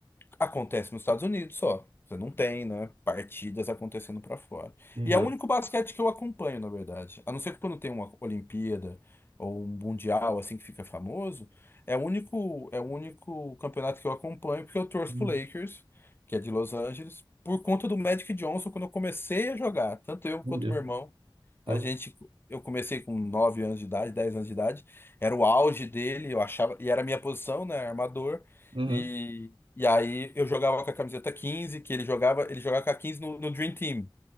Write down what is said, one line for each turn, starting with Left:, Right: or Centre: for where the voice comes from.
Left: Acontece nos Estados Unidos só. Você não tem, né? Partidas acontecendo pra fora.
Right: Entendeu.
Left: E é o único basquete que eu acompanho, na verdade. A não ser quando tem uma Olimpíada ou um Mundial, assim, que fica famoso. É o único, é o único campeonato que eu acompanho, porque eu torço
Right: Uhum,
Left: pro Lakers, que é de Los Angeles, por conta do Magic Johnson, quando eu comecei a jogar, tanto eu
Right: Entendeu.
Left: quanto meu irmão.
Right: Top.
Left: A gente, eu comecei com 9 anos de idade, 10 anos de idade. Era o auge dele, eu achava, e era a minha posição, né, armador.
Right: Uhum.
Left: E, e aí eu jogava com a camiseta 15 que ele jogava, ele jogava com a 15 no, no Dream Team,